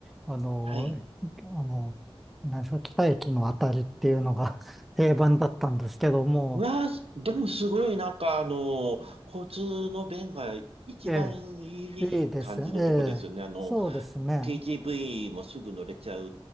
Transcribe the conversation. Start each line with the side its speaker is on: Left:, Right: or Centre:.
Centre: あの、
Right: はい。
Centre: あの、なんですか、北駅のあたりっていうのが <laughs> 定番だったんですけども、
Right: わあ、すでもすごい、なんか、あの、交通の便が一番いい感じのとこですよね。
Centre: ええ、いいです。ええ、
Right: あの、
Centre: そうですね。
Right: TGV もすぐ乗れちゃう